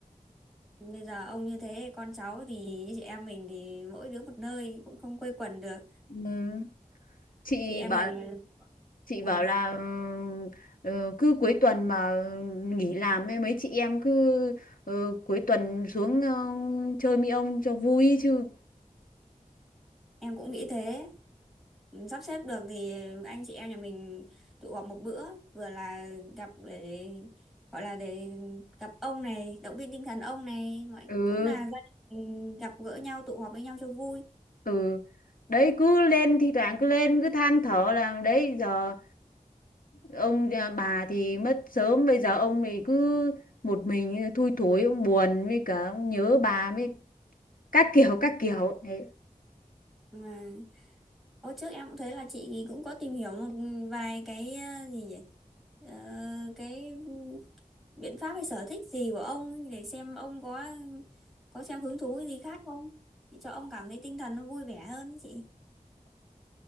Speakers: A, in the centre; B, on the left.
A: bây giờ ông như thế con cháu thì như chị em mình thì mỗi đứa một nơi cũng không quây quần được
B: Ừ, chị
A: chị em
B: bảo
A: mình là,
B: chị
A: là
B: bảo là ừm, ờ, cứ cuối tuần mà nghỉ làm ấy mấy chị em cứ ờ, cuối tuần xuống ờ, chơi mi ông cho vui chứ
A: em cũng nghĩ thế sắp xếp được thì anh chị em nhà mình tụ họp một bữa vừa là gặp để gọi là để gặp ông này động viên tinh thần ông này mọi
B: ừ
A: cũng là gia đình gặp gỡ nhau tụ họp với nhau cho vui
B: ừ đấy cứ lên thi thoảng cứ lên cứ than thở là đấy giờ ông à, bà thì mất sớm bây giờ ông thì cứ một mình thui thối ông buồn với cả ông nhớ bà với các kiểu các kiểu đấy
A: mà hồi trước em cũng thấy là chị cũng có tìm hiểu một vài cái ờ, gì nhỉ Ờ, cái biện pháp hay sở thích gì của ông để xem ông có có xem hứng thú gì khác không để cho ông cảm thấy tinh thần nó vui vẻ hơn chị